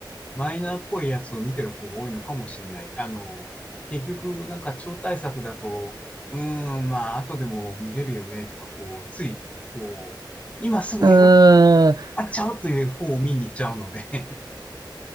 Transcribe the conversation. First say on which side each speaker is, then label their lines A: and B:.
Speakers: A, on the left; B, on the right.
A: マイナーっぽいやつを見てる方が多いのかもしれない。あの、結局、なんか超大作だと、うーん、まあ、後でも見れるよね、とか、こう、つい、こう、今すぐ映画館に
B: うーん、
A: あっちゃうという方を見に行っちゃうので <laughs>、